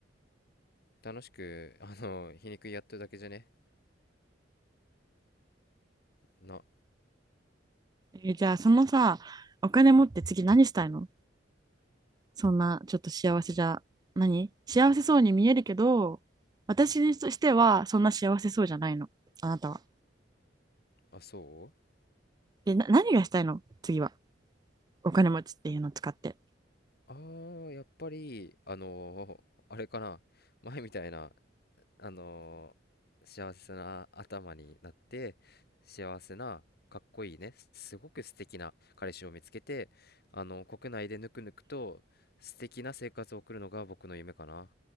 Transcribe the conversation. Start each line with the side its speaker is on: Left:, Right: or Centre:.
Left: 楽しく、あの、皮肉やってるだけじゃねな、
Right: えーじゃあ、そのさ、お金持って次何したいのそんな、ちょっと幸せじゃ、何幸せそうに見えるけど、私にとしてはそんな幸せそうじゃないの、あなたは。
Left: あ、そう
Right: で、な何がしたいの次は。お金持ちっていうのを使って。
Left: ああ、やっぱり、あのーあれかな、前みたいな、あのー幸せな頭になって、幸せな、かっこいいね、すごく素敵な彼氏を見つけて、あの、国内でぬくぬくと素敵な生活を送るのが僕の夢かな。